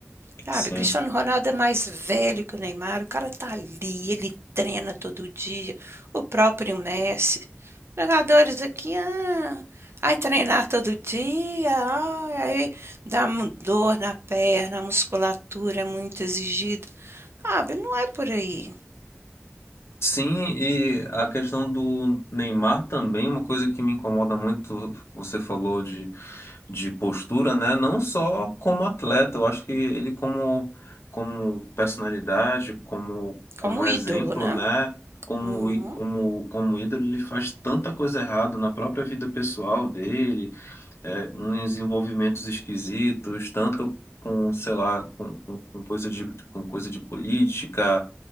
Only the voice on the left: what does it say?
sim.
Sim, e a questão do Neymar também, uma coisa que me incomoda muito, você falou de, de postura, né? Não só como atleta, eu acho que ele como, como personalidade, como,
como exemplo,
né? Como,
í- como, como ídolo, ele faz tanta coisa errada na própria vida pessoal dele, é, uns envolvimentos esquisitos, tanto com, sei lá, com, com- com coisa de, com coisa de política,